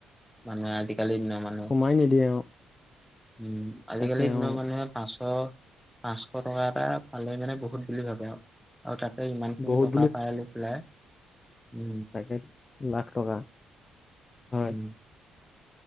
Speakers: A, in the centre; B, on the left.
A: মানুহে আজি কালি ন মানুহ
B: সোমাই নিদিয়ে অ'
A: উম আজিকালি
B: তাকে
A: দিনৰ
B: অ'
A: মানুহে পাঁচ অ পাঁচশ টকা এটা পালে মানে বহুত বুলি ভাবে আও, আও তাত ইমান খিনি
B: বহুত
A: টকা পাই লৈ পেলাই উ
B: পাকেট লাখ টকা হয়
A: উম